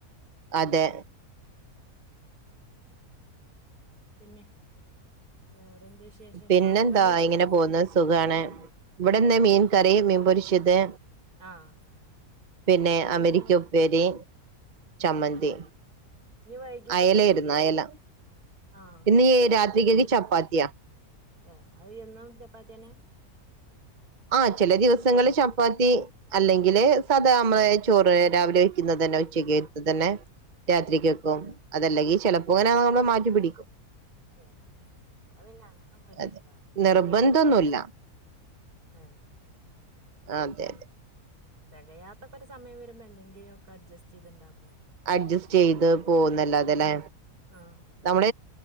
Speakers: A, on the right; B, on the right.
A: അതെ
B: പിന്നെ വേറെന്ത് വിശേഷം
A: പിന്നെന്താ
B: അവിടെ എന്താന്ന് ഉച്ചക്ക്
A: ഇങ്ങനെ പോകുന്നത് സുഖമാണ് ഇവിടെന്ന്
B: ഉം
A: മീൻ കറി മീൻപൊരിച ത്
B: ആഹ്
A: പിന്നെ
B: എങ്ങനെ
A: അമരിക്ക ഉപ്പേരി ചമ്മന്തി
B: ഇനി വൈകിട്ട്
A: അയലായിരുന്നു
B: എങ്ങനെ
A: അയല
B: ആഹ്
A: പിന്നെ രാത്രികക്ക് ചപ്പാത്തിയാ
B: ഏ അത് എന്നും ചപ്പാത്തിയേനെ
A: ആ ചില ദിവസങ്ങള് ചപ്പാത്തി അല്ലെങ്കില് സദാ നമ്മളെ ചോറ് രാവിലെ വെക്കുന്നത് തന്നെ ഉച്ചക്ക്ത്ത് തന്നെ രാത്രികക്കും അതല്ലെങ്കിൽ ചിലപ്പോൾങ്ങനെ നമ്മള് മാറ്റി പിിടിക്കും
B: ഏ ഇവിടെ പിന്നെ അങ്ങനൊന്നുംല്ലും
A: അതെ
B: വൈകിട്ട
A: നിർബന്ധൊന്നുല്ല
B: ഒപ്പ ഒന്ന തന്നെ ആ
A: അതെ അതെ
B: തെകയാത്തക്കരു സമയം വരുമ്പോ എന്തെങ്കിലും ഒക്കെ അഡ്ജസ്റ്റ് ചെയ്തുണ്ടാവും
A: അഡ്ജസ്റ്റ് ചെയ്ത് പോകുന്നല്ല അതെല്ലെ
B: ആഹ്
A: നമ്മള